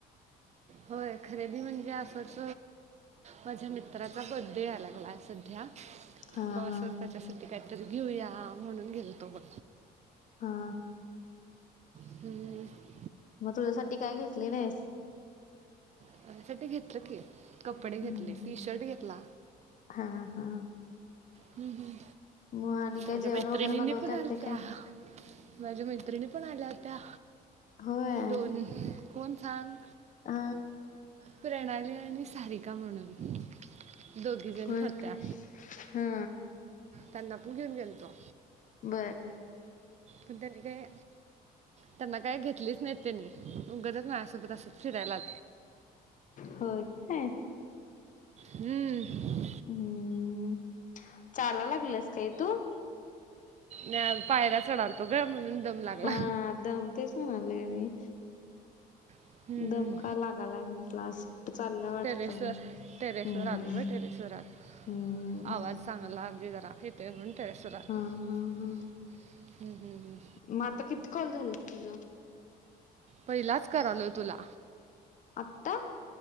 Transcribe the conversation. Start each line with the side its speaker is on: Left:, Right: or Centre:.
Right: होय खरेदी म्हणजे असंच माझ्या मित्राचा बड्डे आलाय का नाय सध्या..
Left: हा
Right: मग असं
Left: हा
Right: त्याच्यासाठी काहीतरी घेऊया म्हणून गेल तो बघ.
Left: हा.
Right: ह. हं. हं.
Left: मग तुझ्यासाठी काय घेतली नाहीस?
Right: <unintelligible> साठी घेतलं की. कपडे घेतले,
Left: हम्म
Right: टी-शर्ट घेतला
Left: हा हा
Right: हम्म हम्म
Left: मग आणि काय
Right: माझ्या
Left: जेवण
Right: मैत्रिणींनी
Left: वगैरे बनवता
Right: पण
Left: येते
Right: आलत्या.
Left: काय
Right: माझ्या मैत्रिणी पण आल्या होत्या,
Left: होय
Right: दोन कोण सांग?
Left: अ
Right: प्रणाली आणि सारिका म्हणून. दोघीजणी
Left: होय
Right: होत्या
Left: काय? हा.
Right: त्यांना पण घेऊन गेलतो.
Left: बर
Right: पण त्यांनी काय, त्यांना काय घेतलीच नाहीत त्यांनी. उगचंच माझ्यासोबत असं फिरायला आ
Left: होय काय?
Right: हम्म
Left: हम्म चालाय लागलेस काय तु?
Right: नाय पायऱ्या चढालतो ग, म्हणून दम लागला
Left: हम्म दमतेस म्हणले मी.
Right: हम्म
Left: दम का लागालाय म्हटलं असं. चालल्या वाटतं,
Right: टेरेसवर टेरेसवर
Left: हम्
Right: आलो ग टेरेसवर आलो
Left: हम्म
Right: आवाज चांगला <unintelligible>
Left: हा हा हा
Right: हम हम
Left: मग आता किती कॉल झालेत तुझं
Right: पहिलाच करालोय तुला.
Left: आत्ता?